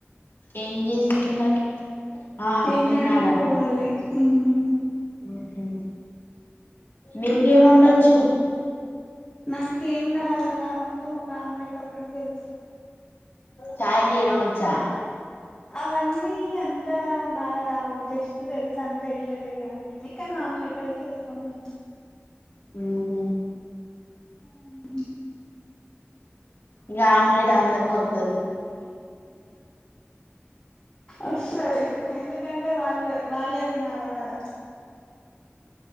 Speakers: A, on the left; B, on the left.
A: ఏం చేస్తున్నారు ఆ
B: తిండానికి
A: తినాలన్న
B: పోవాలి హ్మ్
A: మ్ హు మీకేమోండొచ్చు
B: నాకేం రాదు నా మందం ఒక ఆమ్లెట్ ఒకటి తెలుసు
A: చాయ్ చేయడం వచ్చా
B: అవన్నీ అంతా బాగా రావు జస్ట్ తెల్సంతే ఎట్లా చెయాలి అన్నీ కానీ ఆమ్లెట్ అయితే ఏసుకొని తింటా
A: మ్ హు
B: ఉ
A: గా ఆమ్లెట్ అందరికోత్తది
B: ఒస్తది ఎందుకంటే వాళ్ళ వాళ్ళే తినాలి కదా